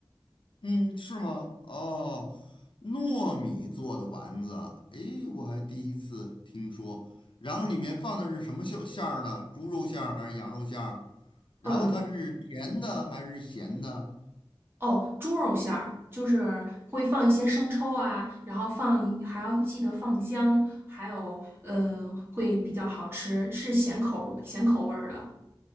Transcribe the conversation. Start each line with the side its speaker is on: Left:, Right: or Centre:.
Left: 嗯，是吗？哦，糯米做的丸子，诶，我还第一次听说。然后里面放的是什么馅馅儿呢？猪肉馅儿还是羊肉馅儿？然后它是甜的还是咸的？
Right: 呃，哦，猪肉馅儿就是会放一些生抽啊，然后放还要记得放姜，还有呃会比较好吃，是咸口味咸口味儿的。